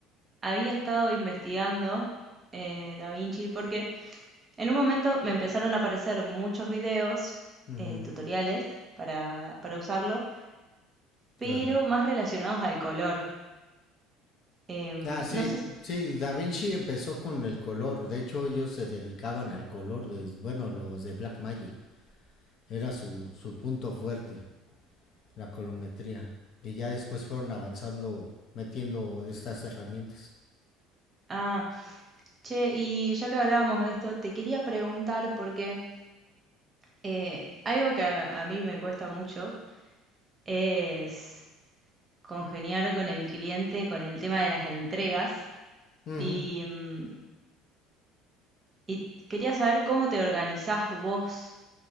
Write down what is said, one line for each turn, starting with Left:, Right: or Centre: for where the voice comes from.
Right: había estado investigando eh, Da Vinci porque En un momento me empezaron a aparecer muchos videos,
Left: Uh
Right: eh,
Left: -huh,
Right: tutoriales para, para usarlo, pero
Left: claro.
Right: más relacionados al color. Em,
Left: Ah, sí,
Right: no sé si...
Left: sí, Da Vinci empezó con el color. De hecho, ellos se dedicaban al color de, bueno, los de Black Magic. Era su, su punto fuerte, la colometría. Y ya después fueron avanzando, metiendo estas herramientas.
Right: Ah, che, y ya que hablábamos de esto, te quería preguntar porque eh, algo que a, a mí me cuesta mucho es congeniar con el cliente con el tema de las entregas
Left: Ujú.
Right: y, mm, y quería saber cómo te organizás vos